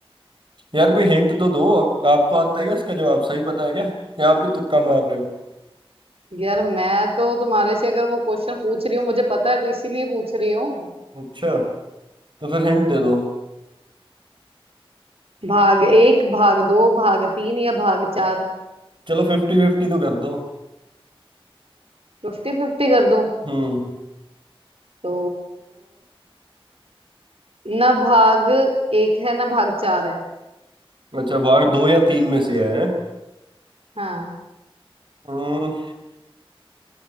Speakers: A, on the right; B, on the right.
A: यार कोई हिंट तो दो आपको आता है क्या इसका जवाब सही पता है क्या या आप भी तुक्का मार रहे हो
B: यार मैं तो तुम्हारे से अगर वो क्वेश्चन पूछ रही हूँ मुझे पता है तो इसीलिए पूछ रही हूँ
A: अच्छा तो फिर हिंट दे दो
B: भाग एक भाग दो भाग तीन या भाग चार
A: चलो फिफ्टी फिफ्टी तो कर दो
B: फिफ्टी फिफ्टी कर दूं
A: हम्म
B: तो ना भाग एक है ना भाग चार है
A: अच्छा भाग दो या तीन में से है
B: हाँ
A: हम्म